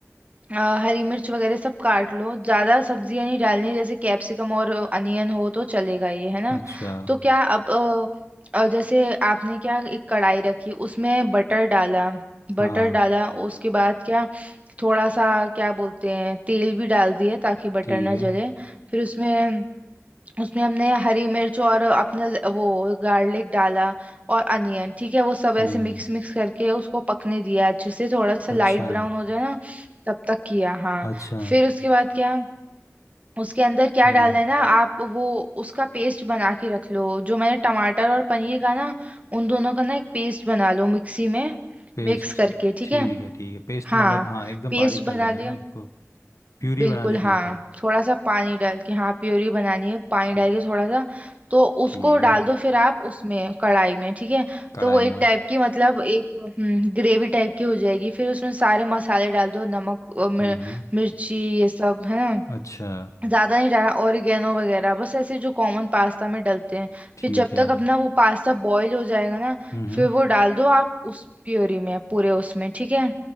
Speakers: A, on the right; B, on the left.
A: अ, हरी मिर्च वगैरह सब काट लो ज्यादा सब्जियां नहीं डालनी जैसे कैप्सिकम और अनियन हो तो चलेगा ये है ना
B: अच्छा
A: तो क्या अब अ, अ, जैसे आपने क्या एक कढ़ाई रखी उसमें बटर डाला
B: हाँ
A: बटर डाला उसके बाद क्या थोड़ा सा क्या बोलते हैं तेल भी डाल दिए ताकि बटर
B: ठीक
A: ना
B: है
A: जले फिर उसमें उसमें हमने हरी मिर्च और अपना ल- वो गार्लिक डाला और अनियन ठीक है वो सब
B: हम्म
A: ऐसे मिक्स मिक्स करके उसको पकने दिया अच्छे से थोड़ा सा लाइट
B: अच्छा
A: ब्राउन हो जाए ना तब तक किया हाँ
B: अच्छा
A: फिर उसके बाद क्या उसके अंदर क्या
B: हम्म
A: डालना है ना आप वो उसका पेस्ट बना के रख लो जो मैंने टमाटर और पनीर का ना उन दोनों का ना एक पेस्ट बना लो मिक्सी में
B: पेस्ट
A: मिक्स करके ठीक
B: ठीक
A: है
B: है ठीक है पेस्ट
A: हाँ
B: मतलब हाँ एकदम
A: पेस्ट
B: बारीक कर
A: बना
B: देना
A: लिया
B: है ना उनको प्यूरी
A: बिल्कुल
B: बना देनी
A: हाँ
B: है एकदम
A: थोड़ा सा पानी डाल के हाँ प्योरी बनानी है पानी
B: ठीक
A: डाल के थोड़ा सा तो उसको
B: ठीक
A: डाल
B: है
A: दो फिर आप उसमें कढ़ाई में ठीक है
B: कढ़ाई
A: तो वो एक
B: में
A: टाइप की मतलब एक हम्म ग्रेवी टाइप की हो जाएगी फिर उसमें सारे मसाले डाल दो नमक अ, मिर,
B: हम्म
A: मिर्ची ये सब है ना
B: अच्छा
A: ज्यादा नहीं डालना ऑरिगेनो वगैरह बस ऐसे जो कॉमन पास्ता में डलते हैं
B: ठीक
A: फिर जब
B: है
A: तक अपना वो पास्ता बॉईल हो जाएगा ना
B: हम्म
A: फिर वो डाल दो आप उस प्योरी में पूरे उसमें ठीक है